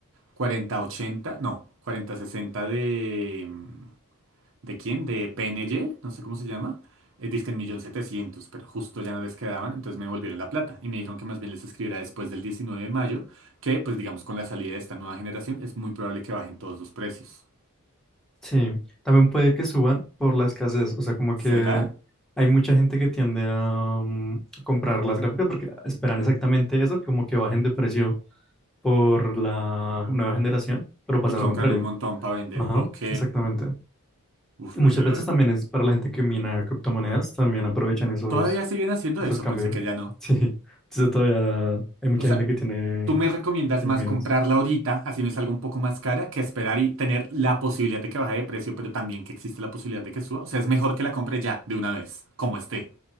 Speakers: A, on the right; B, in the centre.
A: 40 80 no, cuarenta sesenta de, mm, ¿De quién? ¿De PNG? No sé cómo se llama. Eh, dizque en millón setecientos, pero justo ya no les quedaban, entonces me devolvieron la plata y me dijeron que más bien les escribiera después del 19 de mayo, que pues digamos con la salida de esta nueva generación es muy probable que bajen todos los precios.
B: Sí, también puede que suban por la escasez, o sea, como
A: ¿Será?
B: que hay mucha gente que tiende a mm, comprar las gráficas porque esperan exactamente eso, como que bajen de precio por la nueva generación, pero pasa
A: Y compran
B: lo contrario.
A: un montón para vender.
B: Ajá,
A: Ok.
B: exactamente.
A: Uf,
B: Y
A: pues
B: muchas
A: yo lo...
B: veces también es para la gente que mina criptomonedas, también aprovechan esos,
A: Todavía siguen haciendo
B: esos
A: eso,
B: cambios.
A: pensé que
B: <laughs>
A: ya no.
B: Sí, entonces todavía hay mucha
A: O sea,
B: gente que tiene,
A: ¿Tú me recomiendas
B: tiene
A: más
B: menos.
A: comprarla ahorita, así me salga un poco más cara, que esperar y tener la posibilidad de que baje de precio, pero también que existe la posibilidad de que suba? O sea, es mejor que la compre ya, de una vez, como esté.